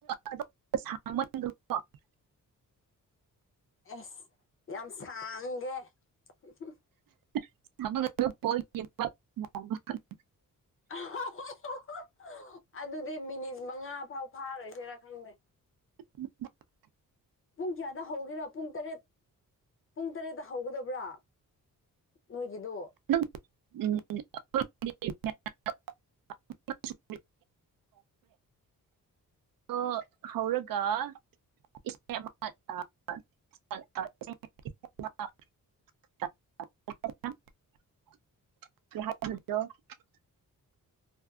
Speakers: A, on the right; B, on the left.
A: ꯑꯗꯣ ꯁꯥꯡꯃꯟ <unintelligible>
B: ꯑꯦꯁ ꯌꯥꯝ ꯁꯥꯡꯒꯦ ꯍꯝ ꯍꯝ
A: <unintelligible>
B: <unintelligible> ꯑꯗꯨꯗꯤ ꯃꯤꯅꯤꯠ ꯃꯉꯥ ꯐꯥꯎ ꯐꯥꯔꯣꯏꯖꯤꯔ ꯈꯪꯗꯦ
A: <inaudible>
B: ꯄꯨꯡ ꯀ꯭ꯌꯥꯗ ꯍꯧꯒꯦꯔꯥ ꯄꯨꯡ ꯇꯔꯦꯠ ꯄꯨꯡ ꯇꯔꯦꯠꯗ ꯍꯧꯒꯗꯕ꯭ꯔꯥ ꯅꯣꯏꯒꯤꯗꯣ
A: ꯅꯪ ꯎꯝ <unintelligible> <unintelligible> ꯇꯣ ꯍꯧꯔꯒ ꯏꯁꯦ ꯑꯃ ꯑ <unintelligible> <unintelligible> ꯁꯤ ꯍꯥꯏꯒꯤ <unintelligible>